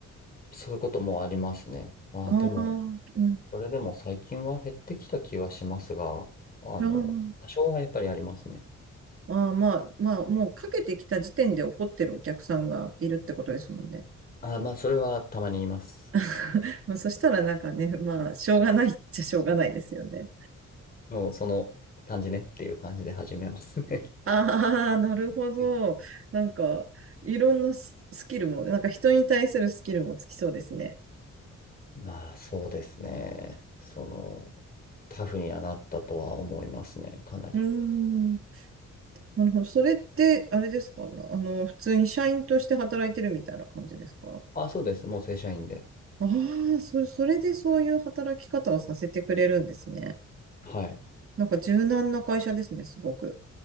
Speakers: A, on the left (about 30°); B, on the right (about 50°).
A: そういうこともありますね。まあでも、
B: ああ、うん。
A: それでも最近は減ってきた気はしますが、あの、
B: あ
A: 多少はやっぱりありますね。
B: あ、ああまあ、まあ、もうかけてきた時点で怒ってるお客さんがいるってことですもんね。
A: あ、まあそれはたまに言います。
B: <laughs> まあそしたらなんかね、まあ、しょうがないっちゃしょうがないですよね。
A: もうその感じねっていう感じで始めますね。
B: ああ、<laughs> なるほど。
A: <laughs>
B: なんか、いろんなススキルも、なんか人に対するスキルもつきそうですね。
A: まあそうですね。その、タフにはなったとは思いますね、かなり。
B: うーん。なるほど。それって、あれですかね。あの、普通に社員として働いてるみたいな感じですか
A: あ、そうです。もう正社員で。
B: ああ、それ、それでそういう働き方をさせてくれるんですね。
A: はい。
B: なんか柔軟な会社ですね、すごく。